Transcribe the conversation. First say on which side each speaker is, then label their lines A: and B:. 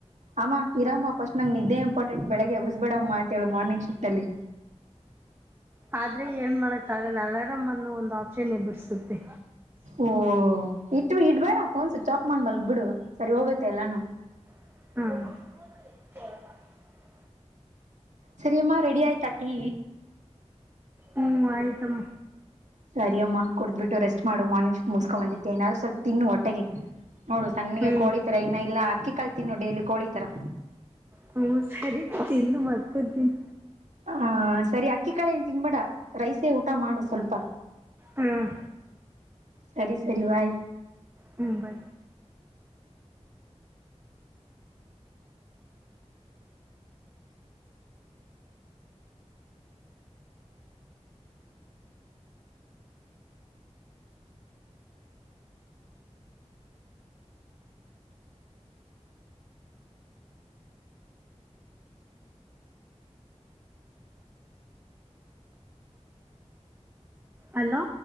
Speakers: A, on the right (about 85°); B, on the right (about 20°).
A: ಅಮ್ಮಾ ಇರಮ್ಮ ಫಸ್ಟ್ ನಂಗ ನಿದ್ದೆ ಇಂಪಾರ್ಟೆಟ್ ಬೆಳಗ್ಗೆ ಎಬಸಬೇಡಮ್ಮ ಅಂತೇಳ ಮಾರ್ನಿಂಗ್ ಶಿಫ್ಟ ಅಲ್ಲಿ
B: ಆದ್ರೆ ಏನ್ ಮಾಡಕ್ ಆಗಲ್ಲ ಅಲ್ಲಾರಾಮ ಅನೂ ಒಂದು ಆಪ್ಷನ್ ಎಬರ್ಸುತ್ತೆ
A: ಓಹ ಇಟ್ಟ ಇಡ್ಬೇಡ ಫೋನ್ ಸ್ವಿಚ್ ಆಫ್ ಮಾಡಿ ಮಲ್ಗ್ ಬಿಡು ಸರಿ ಹೋಗುತ್ತೆ ಎಲ್ಲಾನು
B: ಹು
A: ಸರಿಯಮ್ಮ ರೆಡಿ ಆಯ್ತಾ ಟೀ
B: ಹ್ಮ್ ಆಯ್ತಮ್ಮ
A: ಸರಿಯಮ್ಮ ಕುಡ್ಬಿಟ್ಟು ರೆಸ್ಟ್ ಮಾಡು ಮಾರ್ನಿಂಗ್ ಮುಗಸ್ಕೊ ಬಂದಿರ್ತತೆ ಏನಾದ್ರು ಸ್ವಲ್ಪ ತಿನ್ನು ಹೊಟ್ಟೆಗೆ ನೋಡು ಸಣ್ಣಗೆ
B: ಹ್ಮ್
A: ಕೋಳಿತರ ಇನ್ನ ಇಲ್ಲ ಅಕ್ಕಿ ಕಾಳ ತಿನ್ನು ಡೈಲಿ ಕೋಳಿತರಾ
B: ಹ್ಮ ಸರಿ ತಿಂದು ಮಲ್ಕೊತೀನಿ
A: ಹ ಸರಿ ಅಕ್ಕಿ ಕಾಳ ಏನ್ ತಿನ್ಬೇಡ ರೈಸೇ ಊಟ ಮಾಡು ಸ್ವಲ್ಪಾ
B: ಹ್ಮ್
A: ಸರಿ ಸರಿ ಬಾಯ್
B: ಹೂ ಬಾ ಹಲೋ